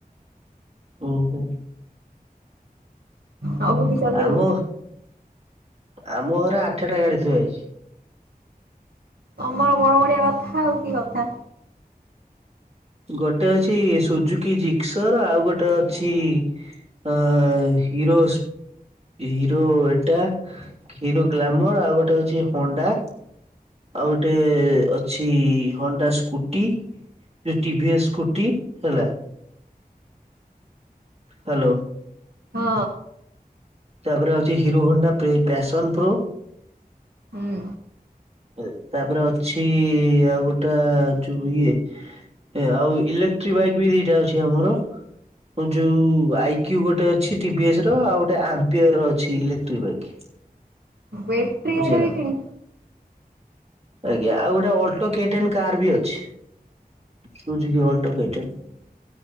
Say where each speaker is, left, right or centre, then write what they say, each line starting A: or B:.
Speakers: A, on the right; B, on the right.
A: ଓହୋ
B: ଆଉ କିଛି ଚଲେଇବୁ।
A: ଆମ, ଆମ ହରେ ଆଠେଟା ଗାଡି ଥିଆ ହେଇଚି।
B: ତମର ବଡ ବଡିଆ କଥା ଆଉ କି କଥା
A: ଗୋଟେ ଅଛି ସୁଜୁକି ଜିକ୍ସର୍, ଆଉ ଗୋଟେ ଅଛି ଆ ହିରୋ ହିରୋ ଏଟା, ଖିରୋ ଗ୍ଲାମର ଆଉ ଗୋଟେ ଅଛି ହଣ୍ଡା ଆଉ ଗୋଟେ ଅଛି ହଣ୍ଡା ସ୍କୁଟି ଯୋଉ ଟି ଭି ଏସ ସ୍କୁଟି ହେଲା। ହ୍ୟାଲୋ
B: ହଁ
A: ତାପରେ ଅଚି ହିରୋ ହଣ୍ଡା ପ୍ରି ପ୍ୟାସନ୍ ପ୍ରୋ,
B: ହୁଁ
A: ଏ, ତାପରେ ଅଛି ଆଉ ଗୋଟା ଯୁ ଇଏ ଏ ଆଉ ଇଲେକ୍ଟ୍ରି ବାଇକ୍ ବି ଦିଟା ଅଛି ଆମର। ଯୋଉ ଆଇକ୍ୟୁ ଗୋଟେ ଅଛି, ଟି ଭି ଏସ୍ ର ଆଉ ଗୋଟେ ଆମ୍ପିୟର ର ଅଛି ଇଲେକ୍ଟ୍ରି ବାଇକ୍।
B: ବେଟ୍ରି
A: ବୁଝିହେଲା
B: ଗାଡ଼ି ବି କିଣି
A: ଆଜ୍ଞା, ଆଉ ଗୋଟେ ଅଲ୍ଟୋ କେଟେନ୍ କାର୍ ବି ଅଛି। ସୁଜିକି ଅଟ କେଟେନ୍।